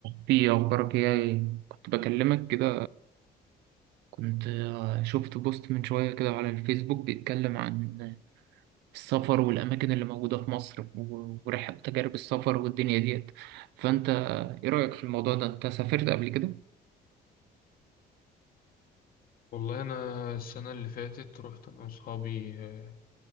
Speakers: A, on the right (about 90°); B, on the left (about 60°).
A: في أخبارك إيه؟ ايه كنت بكلمك كده كنت آه، شفت بوست من شوية كده على الفيسبوك بيتكلم عن السفر والأماكن اللي موجودة في مصر و- ورحلة تجارب السفر والدنيا ديت فأنت آه، إيه رأيك في الموضوع ده؟ أنت سافرت قبل كده؟
B: والله أنا السنة اللي فاتت رحت أنا وأصحابي آه،